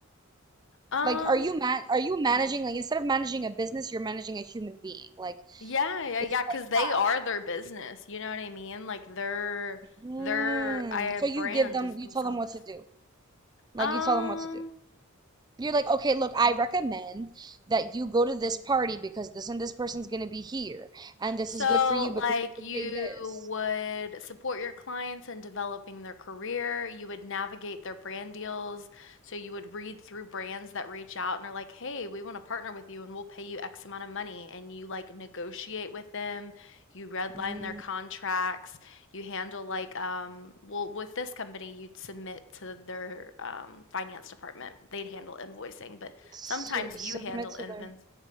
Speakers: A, on the left; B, on the right.
A: Um,
B: Like, are you man are you managing like instead of managing a business, you're managing a human being? Like,
A: yeah, yeah,
B: is
A: yeah,
B: it
A: because
B: like
A: they
B: that?
A: are their business. You know what I mean? Like their
B: hmm
A: their I
B: So
A: brand
B: you give them,
A: is
B: you
A: themselves.
B: tell them what to do. Like
A: Um,
B: you tell them what to do. You're like, okay, look, I recommend that you go to this party because this and this person's gonna be here, and this
A: So,
B: is good for you
A: like,
B: because you could
A: you
B: say this.
A: would support your clients in developing their career. You would navigate their brand deals. So, you would read through brands that reach out and are like, hey, we want to partner with you and we'll pay you X amount of money. And you like negotiate with them. You redline
B: Mm.
A: their contracts. You handle, like, um, well, with this company, you'd submit to their um, finance department. They'd handle invoicing, but
B: Su-
A: sometimes you
B: submit
A: handle
B: to
A: invoicing
B: their.